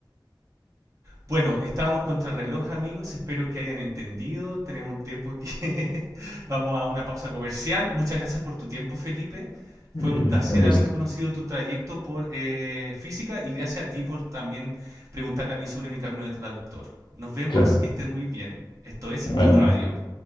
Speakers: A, on the right; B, on the left.
A: Bueno, estábamos contra el reloj, amigos. Espero que hayan entendido. Tenemos un tiempo que <laughs> vamos a una pausa comercial. Muchas gracias por tu tiempo, Felipe.
B: eh,
A: Fue un placer
B: con gusto,
A: haber conocido tu trayecto por eh, física y gracias a ti por también preguntarme a mí sobre mi camino de traductor. Nos vemos,
B: claro,
A: que estén muy bien. Esto es
B: bueno.
A: Tu Radio.